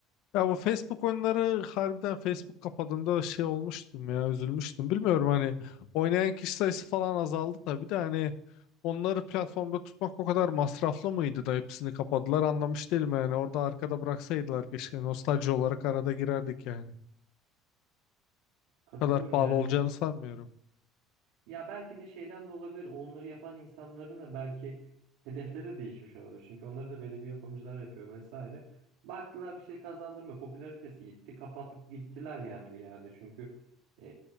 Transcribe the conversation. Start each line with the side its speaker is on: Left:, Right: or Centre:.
Left: Ya bu Facebook oyunları harbiden Facebook kapadığında şey olmuştum ya üzülmüştüm. Bilmiyorum hani oynayan kişi sayısı falan azaldı tabii de hani onları platformda tutmak o kadar masraflı mıydı da hepsini kapadılar anlamış değilim yani. Orada arkada bıraksaydılar keşke nostalji olarak arada girerdik yani.
Right: Katılıyorum
Left: O kadar pahalı
Right: yani.
Left: olacağını sanmıyorum.
Right: Ya belki de şeyden de olabilir. Onları yapan insanların da belki hedefleri de değişmiş olabilir. Çünkü onları da belli bir yapımcılar yapıyor vesaire. Baktılar bir şey kazandırmıyor. Popülaritesi gitti. Kapatıp gittiler yani bir yerde. Çünkü e,